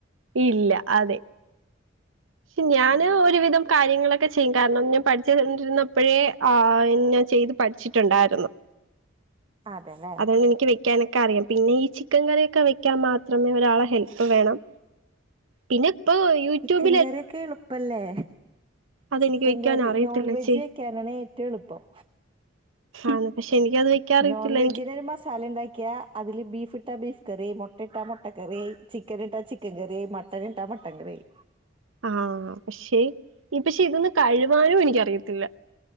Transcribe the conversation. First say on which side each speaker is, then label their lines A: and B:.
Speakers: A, on the right; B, on the right.
A: ഇല്ല അതെ പക്ഷെ ഞാന് ഒരുവിധം കാര്യങ്ങളൊക്കെ ചെയ്യും കാരണം ഞാൻ പഠിച്ചോണ്ടിരുന്നപ്പഴേ ആഹ് എൻ ഞാൻ ചെയ്ത് പഠിച്ചിട്ടൊണ്ടായിരുന്നു
B: അതെല്ലേ
A: അതുകൊണ്ട് എനിക്ക് വെക്കാനൊക്കെ അറിയാം പിന്നെ ഈ ചിക്കൻ കറിയൊക്കെ വെക്കാൻ മാത്രമേ ഒരാളെ ഹെൽപ്പ് വേണം പിന്നെ ഇപ്പോ യൂട്യൂബ്
B: ക്കൻ കറിയൊക്കെ എളുപ്പല്ലേ
A: അതെനിക്ക്
B: ചിക്കൻ
A: വെക്കാൻ
B: കറി
A: അറിയത്തില്ലച്ചി
B: നോൺ വെജ് വെക്കാനാണ് ഏറ്റോം എളുപ്പം
A: ആണ് പക്ഷെ എനിക്ക് അത് വെക്ക് വെക്കാൻ അറിയത്തില്ല
B: നോൺ വെജിനൊരു മസാല ഇണ്ടാക്കിയാ അതില് ബീഫ് ഇട്ടാ ബീഫ് കറി മൊട്ട ഇട്ടാ മൊട്ട കറി ചിക്കൻ ഇട്ടാ ചിക്കൻ കറി മട്ടൻ ഇട്ടാ മട്ടൻ കറിയായി
A: ആഹ് പക്ഷെ ഈ പക്ഷെ ഇതൊന്നും കഴുവാനും എനിക്കറിയത്തില്ലാ